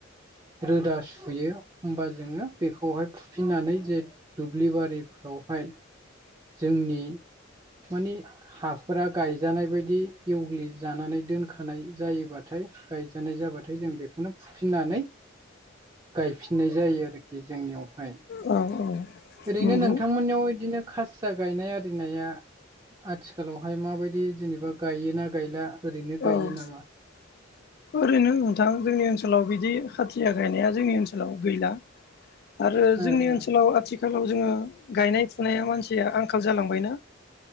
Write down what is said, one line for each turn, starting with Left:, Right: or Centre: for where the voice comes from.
Right: रोदा सुयो होमबा जोङो बेखौहाय फुफिननानै जे दुब्लि बारिफ्रावहाय जोंनि मानि हाफोरा गायजानाय बायदि एवग्लि जानानै दोनखानाय जायोबाथाय गायजानाय जाबाथाय जों बेखौनो फुफिननानै गायफिननाय जायो आरोखि जोंनियावहाय
Left: औ औ
Right: ओरैनो
Left: नंगौ
Right: नोंथांमोननियाव बिदिनो खास सिया गायनाय आरिनाया आथिखालावहाय माबायदि जेनेबा गायोना गायला ओरैनो गायो
Left: औ
Right: नामा
Left: ओरैनो नोंथां जोंनि ओनसोलाव बिदि खाथिया गायनाया जोंनि ओनसोलाव गैला आरो
Right: ओ
Left: जोंनि ओनसोलाव आथि आथिखालाव जोङो गायनाय फुनाया मानसिया आंखाल जालांबायना